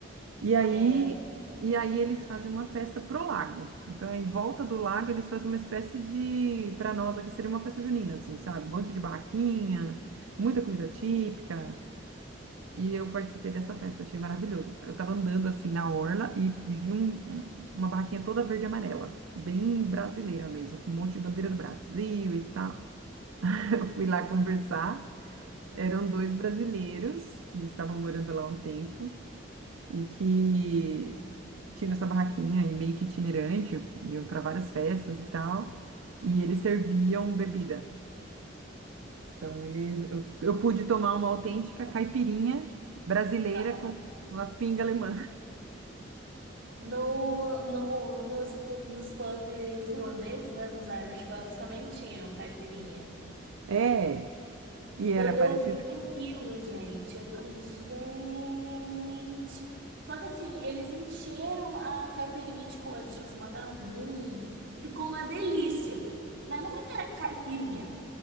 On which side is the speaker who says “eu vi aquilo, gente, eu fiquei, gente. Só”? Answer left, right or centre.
Right